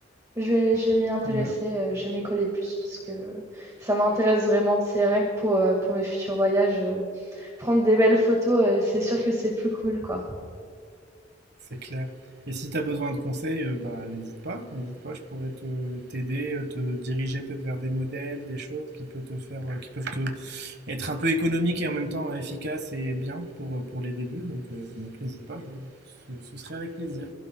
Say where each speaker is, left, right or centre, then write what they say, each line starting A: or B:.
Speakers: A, on the right (about 20°); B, on the right (about 60°).
A: Je vais, je vais m'y intéresser,
B: Tant mieux,
A: euh, je vais m'y coller plus parce que ça m'intéresse vraiment. C'est rien que pour, euh, pour mes futurs voyages. euh, prendre des belles photos, euh, c'est sûr que c'est plus cool, quoi.
B: c'est clair. Et si tu as besoin de conseils, euh, bah, n'hésite pas, n'hésite pas, je pourrais te t'aider, euh, te diriger peut-être vers des modèles, des choses qui peuvent te faire, euh, qui peuvent te être un peu économiques et en même temps euh, efficaces et bien pour, euh, pour les débuts. Donc, euh, donc n'hésite pas, je- ce, ce serait avec plaisir.